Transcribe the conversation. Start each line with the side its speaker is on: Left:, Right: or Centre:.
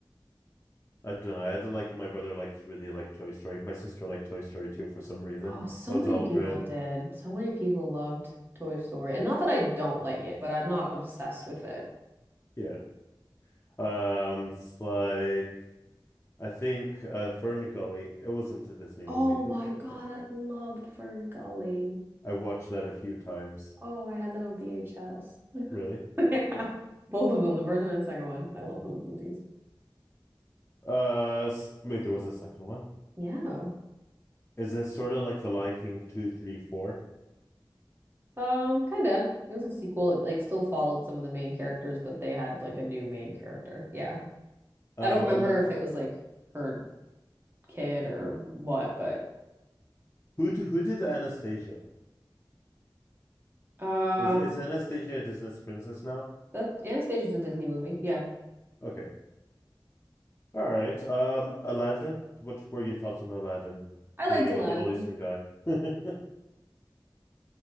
Left: I don't know. I had to like my brother liked really like Toy Story. My sister liked Toy Story too for some reason.
Right: Oh, so
Left: Buzz
Right: many
Left: Aldrin.
Right: people did. So many people loved Toy Story. And not that I don't like it, but I'm not obsessed with it.
Left: Yeah. Um, it's like I think uh Fern It wasn't a Disney movie.
Right: Oh
Left: It,
Right: my God,
Left: it-
Right: I loved Fern Gully.
Left: I watched that a few times.
Right: Oh, I had that on VHS. <laughs>
Left: Really?
Right: Yeah.
Left: Yeah.
Right: Both of them, the first one and second one. I love those movies.
Left: Uh, s- wait, there was a second one.
Right: Yeah.
Left: Is this sort of like The Lion King two, three, four?
Right: Um, kinda. It was a sequel. It like still followed some of the main characters, but they had like a new main character. Yeah.
Left: Um,
Right: I don't remember
Left: a lo-
Right: if it was like her kid or what, but
Left: who d- who did Anastasia?
Right: uh
Left: Is is Anastasia a Disney princess now?
Right: that Anastasia's a Disney movie. Yeah.
Left: Okay. All right. Um, Aladdin. What were your thoughts on Aladdin?
Right: I liked
Left: Dating
Right: Aladdin.
Left: a Middle Eastern guy. <laughs>